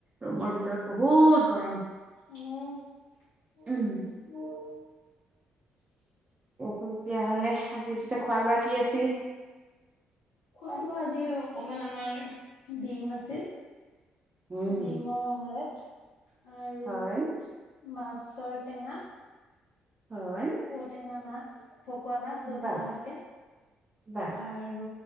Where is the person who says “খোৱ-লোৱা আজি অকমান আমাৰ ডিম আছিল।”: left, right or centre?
Left